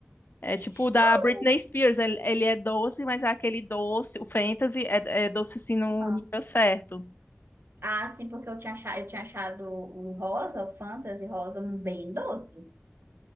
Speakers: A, on the left (about 55°); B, on the right (about 70°).
A: É
B: É.
A: tipo o da
B: Não,
A: Britney Spears, ele, ele é doce, mas é aquele doce, o Fantasy é, é doce assim no
B: uhum.
A: nível certo.
B: Ah, sim, porque eu tinha achado, eu tinha achado o rosa, o Fantasy rosa, um bem doce.